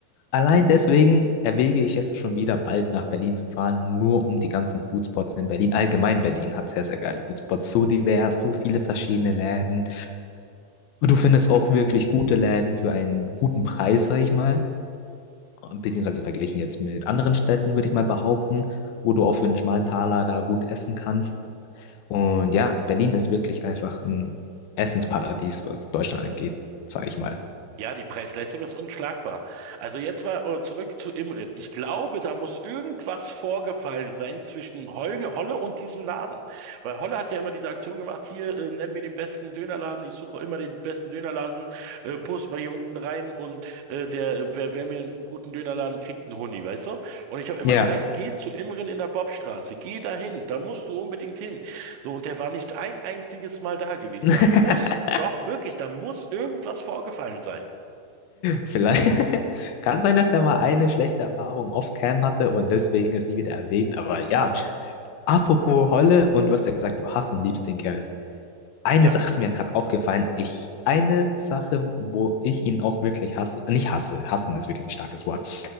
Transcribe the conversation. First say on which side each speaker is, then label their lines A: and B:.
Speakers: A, on the left; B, on the right.
A: Allein deswegen erwäge ich es schon wieder, bald nach Berlin zu fahren, nur um die ganzen Foodspots in Berlin. Allgemein Berlin hat sehr, sehr geile Foodspots, so divers, so viele verschiedene Läden. Du findest auch wirklich gute Läden für einen guten Preis, sag ich mal. Beziehungsweise verglichen jetzt mit anderen Städten, würde ich mal behaupten, wo du auch für einen schmalen Taler da gut essen kannst. Und ja, Berlin ist wirklich einfach ein Essensparadies, was Deutschland angeht, sag ich mal.
B: Ja, die Preis-Leistung ist unschlagbar. Also jetzt mal äh, zurück zu Imrin. Ich glaube, da muss irgendwas vorgefallen sein zwischen Holge, Holle und diesem Laden. Weil Holle hat ja immer diese Aktion gemacht, hier, äh, nenn mir den besten Dönerladen, ich suche immer den besten Dönerladen, äh, post mal hier unten rein und äh, der, äh, wer, wer mir einen guten Dönerladen kriegt, einen Huni, weißt du? Und ich habe immer
A: Ja.
B: gesagt, geh zu Imrin in der Bobstraße, geh dahin, da musst du unbedingt hin. So, und der war nicht ein einziges Mal da gewesen.
A: <laughs>
B: Da muss, doch wirklich, da muss irgendwas vorgefallen sein.
A: Vielleicht <laughs> kann sein, dass er mal eine schlechte Erfahrung off-cam hatte und deswegen es nie wieder erwägt. Aber ja, apropos Holle, und du hast ja gesagt, du hast und liebst den Kerl. Eine
B: Ja,
A: Sache ist mir gerade aufgefallen. Ich, eine Sache, wo ich ihn auch wirklich hasse, nicht hasse, hassen ist wirklich ein starkes Wort,